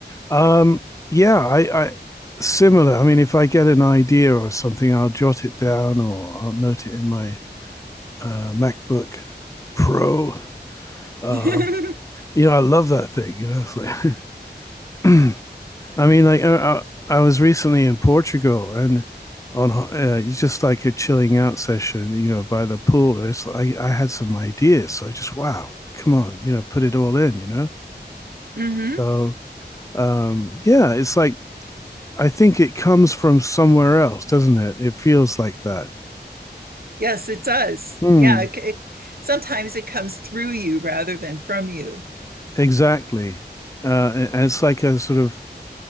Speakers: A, on the left; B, on the right.
A: um, yeah, I, I similar. I mean, if I get an idea or something, I'll jot it down or I'll note it in my uh, MacBook Pro.
B: <laughs>
A: Um,
B: mm-hmm
A: you know, I love that thing, you know. It's like <clears throat> I mean, like I, I was recently in Portugal and on uh, just like a chilling out session, you know, by the pool. And it's like I I had some ideas, so I just wow, come on, you know, put it all in, you know.
B: mm-hmm
A: So um, yeah, it's like I think it comes from somewhere else, doesn't it? It feels like that.
B: yes it does
A: Hmm.
B: yeah it, it, sometimes it comes through you rather than from you
A: Exactly. Uh, and and it's like a sort of